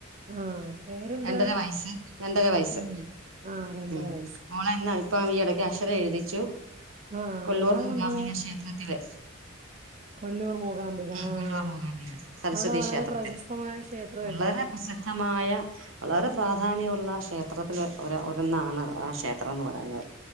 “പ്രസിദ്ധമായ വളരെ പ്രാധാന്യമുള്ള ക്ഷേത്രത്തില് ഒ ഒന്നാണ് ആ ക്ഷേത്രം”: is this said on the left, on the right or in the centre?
Right